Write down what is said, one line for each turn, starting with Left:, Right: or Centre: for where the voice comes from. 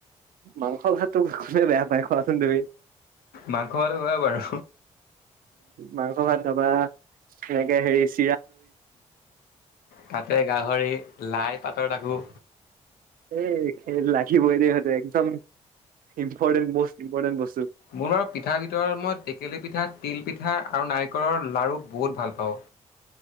Right: মাংস ভাতোলে বেয়া পায় খোৱা দে
Left: মাংস ভাতো হয় বাৰু
Right: মাংস ভাত বা সেনেকে হেৰিছ
Left: তাতে গাহৰি লাই পাতৰ ডাকোঁ
Right: এই খেল লাগিবই দটো একদম ইম্পৰ্টেট বস, ইম্পৰ্টেট বস্ত।
Left: মূলৰ পিঠা ভিতৰত মই টেকেলি পিঠাত তিলপিঠা আৰু নাৰিকলৰ লাড়ু বহুত ভাল পাওঁ